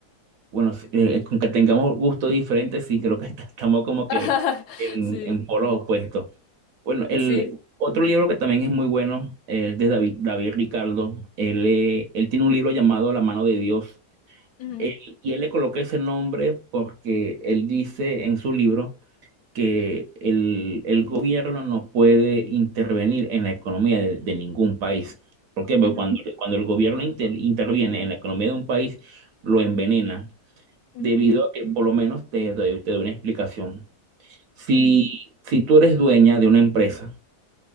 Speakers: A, on the right (about 70°); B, on the left (about 75°).
A: Bueno, sí, eh, con que tengamos gustos diferentes, sí, creo que <laughs> est- estamos como que
B: <laughs>
A: en,
B: Sí,
A: en polos opuestos. Bueno, el
B: sí.
A: otro libro que también es muy bueno eh, es de David, David Ricardo. Él, eh, él tiene un libro llamado La mano de Dios.
B: Ujú,
A: Él- y él le coloca ese nombre porque él dice en su libro que el, el gobierno no puede intervenir en la economía de, de ningún país. ¿Por qué? Porque
B: ujú,
A: cuando, cuando el gobierno inter- interviene en la economía de un país, lo envenena,
B: ujú,
A: debido a que por lo menos te, doy te doy una explicación. Si,
B: ujú.
A: si tú eres dueña de una empresa,